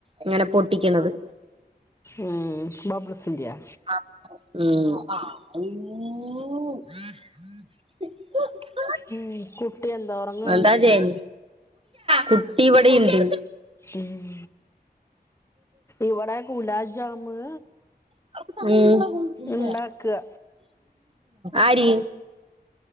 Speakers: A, on the right (about 35°); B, on the left (about 15°).
A: ഇങ്ങനെ പൊട്ടിക്കണത്
B: ഉം, ബബ്ൾ സിന്റയാ..
A: ഉം
B: ഉം കുട്ടി എന്താ ഉറങ്ങണോ?
A: എന്താ ചെയ്യ കുട്ടി ഇവിടെുണ്ട്
B: ഉം ഇവിടെ കുലാം ജാമ്
A: ഉം
B: ഉണ്ടാക്കുക
A: ആര്?